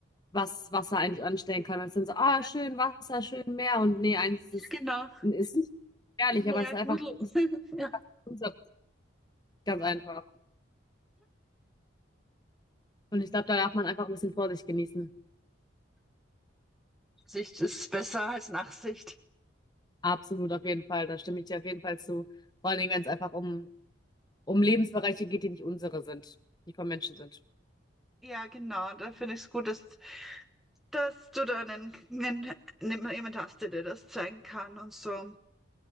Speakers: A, on the left; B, in the centre.
A: was Wasser eigentlich anstellen kann. Es sind so, ah,
B: Ja,
A: schön Wasser, schön Meer. Und nee, eigentlich ist es
B: genau.
A: ist nicht gefährlich,
B: Mehr
A: aber es ist einfach
B: Gudel.
A: es
B: <laughs>
A: ist
B: Ja.
A: unser- ganz einfach. Und ich glaube, da darf man einfach ein bisschen Vorsicht genießen.
B: Sicht ist besser als Nachsicht.
A: Absolut, auf jeden Fall. Da stimme ich dir auf jeden Fall zu. Vor allen Dingen, wenn es einfach um, um Lebensbereiche geht, die nicht unsere sind, die von Menschen sind.
B: Ja, genau. Da finde ich es gut, dass, dass du da einen, einen, jemanden hast, der dir das zeigen kann und so.